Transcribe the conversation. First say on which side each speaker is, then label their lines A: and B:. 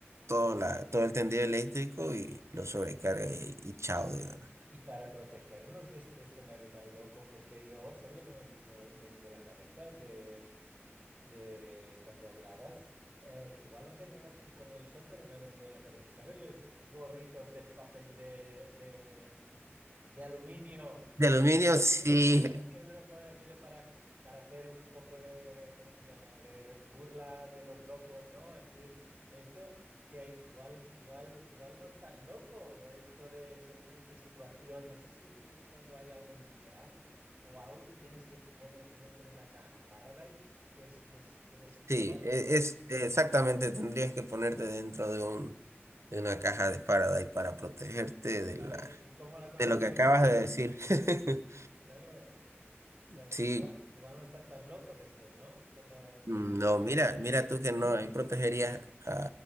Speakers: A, on the right (about 85°); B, on the right (about 25°).
A: todo, la, todo el tendido eléctrico y lo sobrecarga y, y chao, digamos.
B: Y para protegernos de este escenario tan loco, porque yo ahora, ¿sabes lo que me ha vino- venido a la cabeza de, de cuando hablabas? Eh, que igual no tiene relación con el sol, pero me ha venido a la cabeza. ¿Sabes los gorritos de papel de, de, de aluminio
A: De
B: de
A: aluminio,
B: que se,
A: sí,
B: <laughs> que se lo pone aquello para, para hacer un poco de, ¿cómo se llama? De burla de los locos, ¿no? Así, esto que igual, igual, igual no es tan loco esto de según en qué situación. No sé si esto es cuando hay algo nuclear o algo que tienes que ponerte dentro de una caja Faraday, que es, que es, que es así topa-
A: sí, e-
B: todo.
A: es exactamente, tendrías que ponerte dentro de un, de una caja de Faraday para protegerte de
B: ¿Vale?
A: la
B: ¿Y cómo la construir?
A: de lo que acabas de decir. <laughs>
B: Claro. eh, o sea,
A: Sí,
B: igual, igual no están tan locos estos, ¿no? Con la,
A: mm,
B: con el.
A: no, mira, mira tú que no, ahí protegerías a,